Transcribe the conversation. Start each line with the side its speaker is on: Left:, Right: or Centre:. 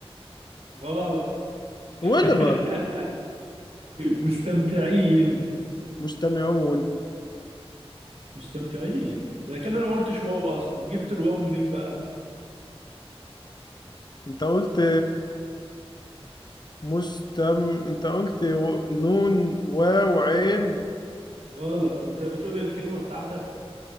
Right: غلط <laughs>
Left: وين غلط
Right: مستمتعين
Left: مستمعون
Right: مستمتعين اذا كان انا ما قلتش واو اصلا جبت الواو منين بقى
Left: انت قلت مستم انت قلت و... نون واو عين
Right: غلط انت بتقول الكلمة بتاعتك